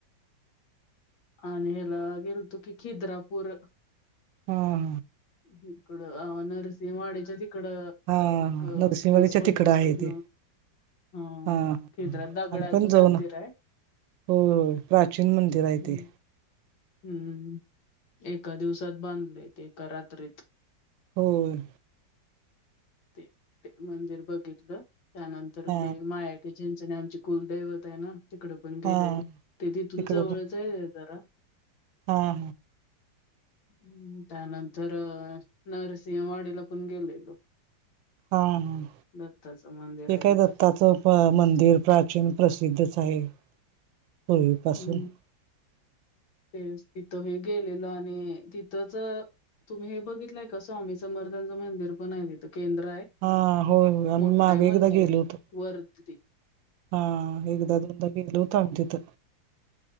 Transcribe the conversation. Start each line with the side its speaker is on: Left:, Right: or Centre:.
Left: आणि ह्याला गेलतो की खिद्रापूर.
Right: हाहा.
Left: हकड अ नरसिवाड्याच्या तिकड.
Right: हा
Left: एक
Right: नरसिंहवाडीच्या
Left: वीस- पंचवीस
Right: तिकडं आहे
Left: किलो.
Right: ते
Left: हम
Right: हा
Left: तिथ दगडाच
Right: आम्ही पण जाऊ
Left: मंदिर
Right: ना
Left: आहे.
Right: होय प्राचीन मंदिर आहे
Left: हम्म
Right: ते.
Left: हम्म, एका दिवसात बांधले ते एका रात्रीत.
Right: होय.
Left: ते ते मंदिर बघितलं त्यानंतर
Right: हा
Left: ते माय ते चिचण्याची आमचे कुलदैवत आहे ना तिकड पण गेलेलो
Right: हा
Left: ते तिथुन
Right: तिकडं
Left: जवळच
Right: पण
Left: आहे जरा.
Right: हा.
Left: हम्म, त्यानंतर नरसिंहवाडीला पण गेलेलो.
Right: हा, ह, ह
Left: दत्ताचं मंदिर
Right: तिथे
Left: आहे तिथं
Right: दत्ताच प मंदिर प्राचीन प्रसिद्धच आहे. पूर्वीपासून
Left: हम्म.
Right: <inaudible>
Left: ते तिथंही गेलेलो आणि तिथंच तुम्ही हे बघितलंय का स्वामी समर्थांच मंदिर पण आहे तिथं केंद्र आहे.
Right: हा, हो, हो आम्ही
Left: मोठं
Right: मागे
Left: आहे
Right: एकदा
Left: मंदिर
Right: गेलो होतो.
Left: वरती
Right: हा एक, दोनदा गेलो होतो आम्ही तिथ.